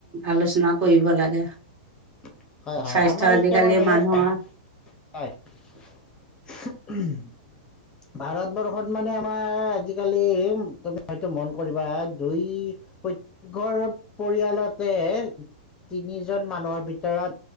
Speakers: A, on the right (about 40°); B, on the left (about 20°).
A: আলোচনা কৰিব লাগে।
B: হয় হয়
A: স্বাস্থ্য আজিকালি
B: আমাৰ
A: মানুহৰ
B: এতিয়া মানে। হয় চাই ভাৰতবৰ্ষত মানে আমাৰ আজিকালি তুমি হয়তো মন কৰিবা দুই প্ৰত্যেক ঘৰ পৰিয়ালতে তিনিজন মানুহৰ ভিতৰত